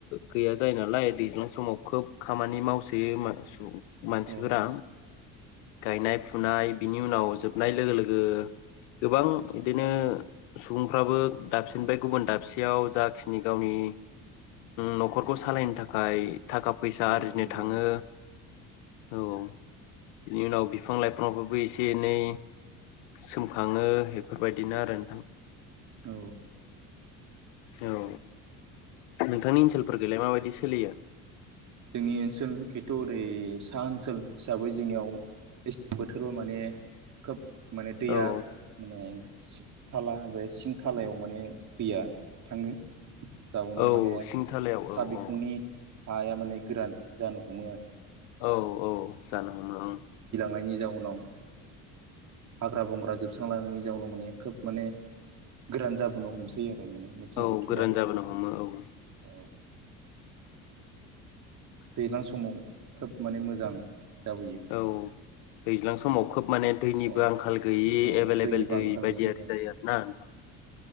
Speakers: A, on the left; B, on the right.
A: गैया जायो नालाय दैज्लां समाव खोब खामानि मावसोयो मानसिफोरा
B: औ
A: गायनाय फुनाय बिनि उनाव जोबनाय लोगो लोगो गोबां बिदिनो सुबुंफ्राबो दाबसेनिफ्राय गुबुन दाबसेयाव जाखिनि गावनि न'खरखौ सालायनो थाखाय थाखा आरजिनो
B: औ नंगौ
A: थाङो औ। बिनि उनाव बिफां लाइफांआबो एसे एनै सोमखाङो बेफोरबायदिनो आरो नोंथां।
B: औ
A: औ। नोंथांनि ओनसोलफोरखैलाय माबायदि सोलियो?
B: जोंनि ओनसोल खिन्थु ओरै सा ओनसोल हिसाबै जोंनियाव बोथोराव माने खोब माने दैया
A: औ
B: माने थाला बे सिं थालायाव माने दैया थाङो। जाउनाव
A: औ
B: माने
A: सिंथालायाव
B: सा
A: औ
B: बिखुंनि
A: औ।
B: हाया माने गोरान जानो हमो आरो।
A: औ औ जानो हमो ओं।
B: नायनि जाउनाव हाग्रा बंग्रा जोबस्रांलांनायनि जाउनाव माने खोब माने गोरान जाबोनो हमसै आरो माने मेसें
A: औ
B: बोथोराव
A: गोरान जाबोनो हमो औ
B: औ। दैलां समाव खोब माने मोजां जाबोयो
A: औ दैज्लां समाव खोब माने दैनिबो
B: औ
A: आंखाल गैयि
B: औ
A: एभेलेबेल
B: दैनिबो
A: दै
B: आंखाल
A: बायदि
B: गैयि
A: आरि
B: औ
A: जायो आरो ना नोंथां?